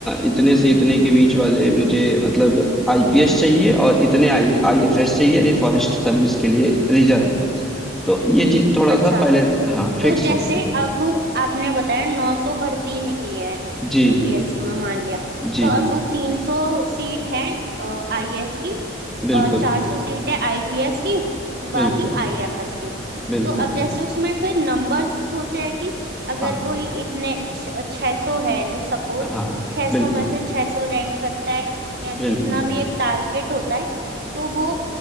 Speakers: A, in the centre; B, on the right (about 50°).
A: इतने से इतने के बीच वाले मुझे मतलब आईपीएस चाहिए और इतने आई आईएफएस चाहिए यानी फॉरेस्ट सर्विस के लिए रिजर्व में तो ये चीज थोड़ा
B: अच्छा
A: सा पहले हाँ फिक्स
B: तो जैसे
A: होती है
B: अब आपने बताया 900 भर्ती निकली है
A: जी
B: यूपीएससी
A: जी
B: में मान लिया
A: जी
B: तो अब 300 सीट है आईएएस की
A: बिल्कुल
B: और 400 सीट है आईपीएस की बाकी
A: बिल्कुल
B: आईएफएस की
A: बिल्कुल
B: तो अब
A: बिल्कुल।
B: जैसे उसमें फिर नंबर्स होते हैं कि अगर
A: हाँ
B: कोई इतने छह सौ है सपोज
A: हाँ
B: 600
A: बिल्कुल
B: में से 600 रैंक करता है या
A: बिल्कुल
B: जितना भी एक टारगेट होता है तो वो